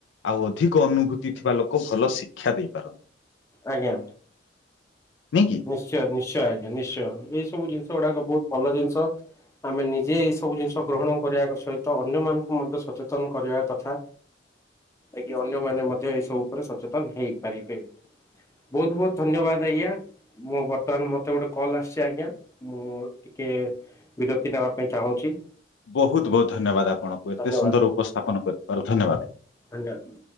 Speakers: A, on the left (about 70°); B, on the left (about 15°).
A: ଆଉ ଅଧିକ ଅନୁଭୂତି ଥିବା ଲୋକ ଭଲ ଶିକ୍ଷା ଦେଇପାରନ୍ତି।
B: ଆଜ୍ଞା।
A: ନାହିଁ କି?
B: ନିଶ୍ଚୟ ନିଶ୍ଚୟ ଆଜ୍ଞା ନିଶ୍ଚୟ ଏଇ ସବୁ ଜିନିଷ ଗୁଡାକ ବହୁତ ଭଲ ଜିନିଷ। ଆମେ ନିଜେ ଏଇ ସବୁ ଜିନିଷ ଗ୍ରହଣ କରିବା ସହିତ ଅନ୍ୟମାନାନଙ୍କୁ ମଧ୍ୟ ସଚେତନ କରିବା କଥା। ଯାକି ଅନ୍ୟମାନେ ମଧ୍ୟ ଏସବୁ ଉପରେ ସଚେତନ ହେଇପାରିବେ। ବହୁତ ବହୁତ ଧନ୍ୟବାଦ ଆଜ୍ଞା। ମୁଁ ବର୍ତ୍ତମାନ ମୋତେ ଗୋଟେ କଲ୍ ଆସୁଛି ଆଜ୍ଞା। ମୁଁ ଟିକେ ବିରକ୍ତି ନେବା ପାଇଁ ଚାହୁଁଛି।
A: ବହୁତ ବହୁତ ଧନ୍ୟବାଦ ଆପଣଙ୍କୁ ଏତେ
B: ଧନ୍ୟବାଦ
A: ସୁନ୍ଦର ଉପସ୍ଥାପନ କରିଥିବାର ଧନ୍ୟବାଦ ଆଜ୍ଞା।
B: ଧନ୍ୟବାଦ।